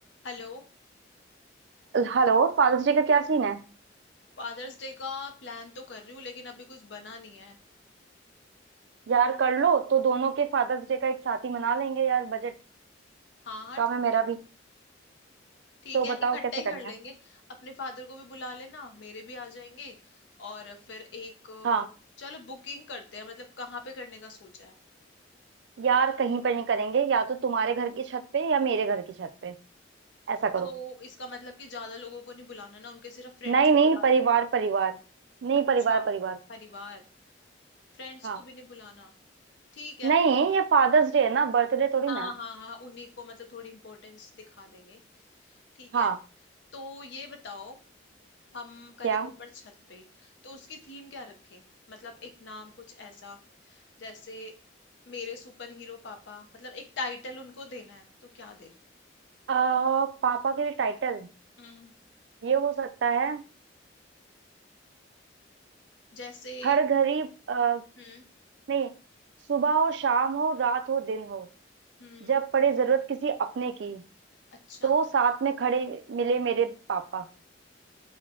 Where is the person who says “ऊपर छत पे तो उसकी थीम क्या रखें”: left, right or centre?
Left